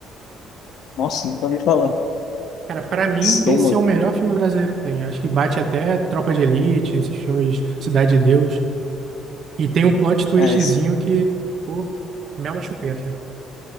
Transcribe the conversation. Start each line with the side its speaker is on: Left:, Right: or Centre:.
Left: Nossa, nunca ouvi falar.
Right: Cara, pra mim,
Left: Estômago.
Right: esse é o melhor filme brasileiro que tem. Acho que bate até Tropa de Elite, esses filmes Cidade de Deus. E tem um plot twistzinho
Left: É, esse
Right: que, pô, mel na chupeta.